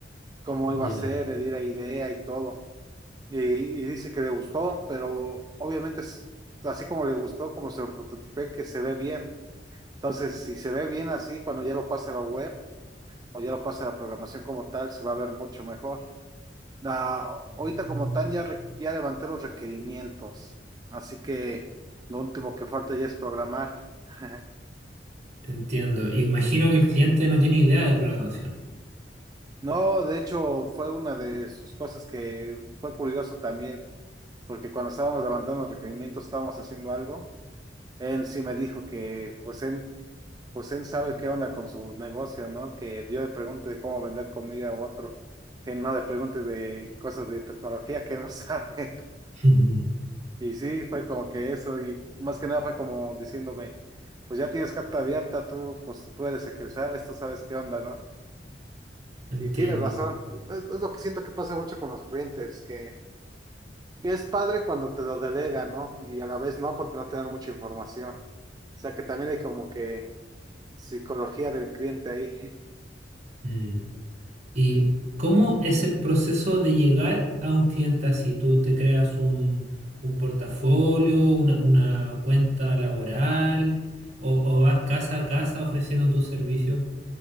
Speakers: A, on the right (about 20°); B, on the right (about 40°).
A: cómo iba
B: Ya.
A: a ser, le di la idea y todo. Y, y dice que le gustó, pero obviamente es así como le gustó, como se lo prototipé, que se ve bien Entonces, si se ve bien así, cuando ya lo pase a la web o ya lo pase a la programación como tal, se va a ver mucho mejor. Ah,
B: Mm.
A: ahorita como tal ya, re- ya levanté los requerimientos, así que lo último que falta ya es programar. <laughs>
B: Entiendo. Imagino que el cliente no tiene idea de programación.
A: No, de hecho fue una de sus cosas que fue curioso también, porque cuando estábamos levantando los requerimientos, estábamos haciendo algo, él sí me dijo que pues él pues él sabe qué onda con su negocio, ¿no? Que yo le pregunte de cómo vender comida a otro, que no le pregunte de cosas de tecnología que él no sabe. <laughs>
B: <laughs>
A: Y sí, fue como que eso, y más que nada fue como diciéndome, pues ya tienes carta abierta, tú, pues tú eres el que sabes, tú sabes qué onda, ¿no?
B: Entiendo.
A: Y tienes razón, es, es lo que siento que pasa mucho con los clientes, que, que es padre cuando te lo delegan, ¿no? Y a la vez no, porque no te dan mucha información. O sea que también hay como que psicología del cliente ahí.
B: Mm. ¿Y cómo es el proceso de llegar a un cliente así? ¿Tú te creas un, un portafolio, una, una cuenta laboral o, o vas casa a casa ofreciendo tus servicios?